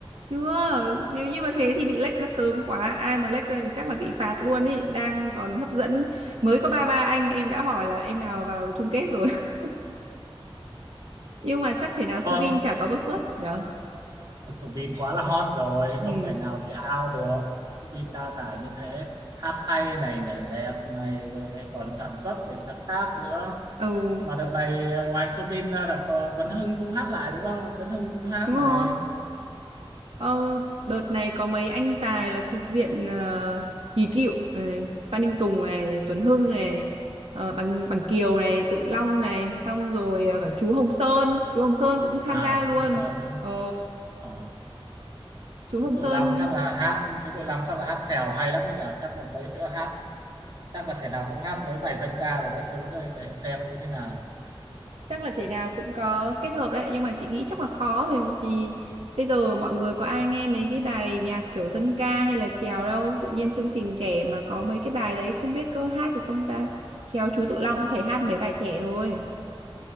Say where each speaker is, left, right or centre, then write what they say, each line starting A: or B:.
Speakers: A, on the right; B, on the right.
A: Chưa, nếu như mà thế thì bị lệch ra sớm quá, ai mà lệch ra thì chắc là bị phạt luôn ấy, đang còn hấp dẫn. Mới có ba ba anh em đã hỏi là em nào vào chung kết rồi. <laughs> Nhưng mà chắc thể nào Subin
B: Có.
A: chả có một suất nhở.
B: Subin quá là hot rồi
A: Ừ.
B: không thể nào bị out được Subin đa tài như thế hát hay này nhảy đẹp này rồi lại còn sản xuất rồi sáng tác nữa
A: Ừ,
B: mà đợt này ờ, ngoài Subin ra là có Tuấn Hưng cũng hát lại đúng không Tuấn Hưng cũng hát
A: đúng
B: này
A: rồi. Ờ, đợt này có mấy anh tài là thuộc diện ờ, kỳ cựu, ờ, Phan Đình Tùng này, Tuấn Hưng này, ờ, Bằng Bằng Kiều này, Tự Long này, xong rồi ờ, cả chú Hồng Sơn, chú Hồng Sơn cũng tham
B: à
A: gia
B: chú
A: luôn.
B: Công Sơn nữa
A: Ờ,
B: ờ.
A: chú
B: chú
A: Hồng
B: Tự
A: Sơn
B: Long chắc là hát chú Tự Long chắc là hát chèo hay lắm đấy nhỉ chắc là mấy đứa hát chắc là thể nào cũng hát mấy bài dân ca rồi các thứ đây để xem như thế nào
A: chắc là thể nào cũng có kết hợp đấy nhưng mà chị nghĩ chắc là khó vì, vì bây giờ mọi người có ai nghe mấy cái bài nhạc kiểu dân ca hay là chèo đâu tự nhiên chương trình trẻ mà có mấy cái bài đấy không biết có hát được không ta khéo chú Tự Long cũng phải hát
B: Ừ,
A: mấy bài trẻ thôi